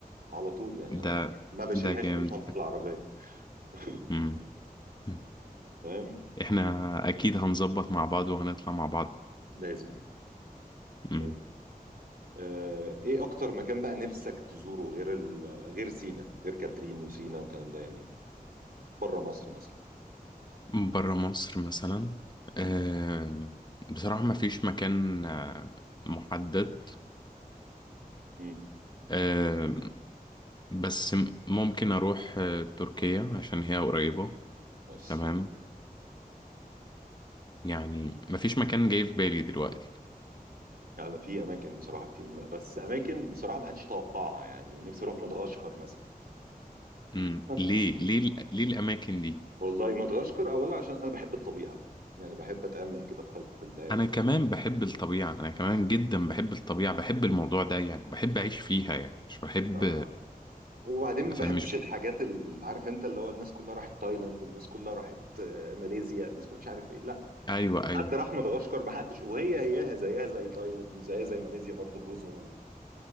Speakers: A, on the right (about 75°); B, on the left (about 30°).
A: على طول يعني
B: ده
A: انا ما بشيلهاش
B: ده جامد
A: من شنطه العربيه <laughs>
B: مم. مم.
A: فاهم
B: احنا اكيد هنظبط مع بعض وهنطلع مع بعض
A: لازم
B: مم.
A: لازم. آه، ايه اكتر مكان بقى نفسك تزوره غير ال... غير سينا غير كاترين وسينا والكلام ده يعني في بره مصر مثلا
B: برا مصر مثلا
A: مم.
B: آم، بصراحة ما فيش مكان آه، محدد
A: مم.
B: تمام بس م- ممكن اروح آه، تركيا عشان هي قريبة
A: بس
B: تمام يعني مفيش مكان جاي في بالي دلوقتي
A: يعني في اماكن بصراحه كتير م- بس اماكن بصراحه ما حدش يتوقعها يعني نفسي اروح مدغشقر مثلا <laughs>
B: امم ليه ليه ال- ليه الاماكن دي
A: والله مدغشقر اولا عشان انا بحب الطبيعه يعني بحب اتامل كده في خلق الله
B: انا
A: وبتاع.
B: كمان بحب الطبيعة انا كمان جدا بحب الطبيعة بحب الموضوع ده يعني بحب اعيش فيها يعني مش بحب
A: ف... وبعدين ما
B: فاهم
A: بحبش
B: مش ب...
A: الحاجات اللي عارف انت اللي هو الناس كلها راحت تايلاند الناس كلها راحت آه، ماليزيا الناس كلها مش عارف ايه لا
B: ايوه ايوه
A: حد راح مدغشقر ما حدش وهي هياها زيها زي تايلاند وزيها زي ماليزيا برضو جزر و...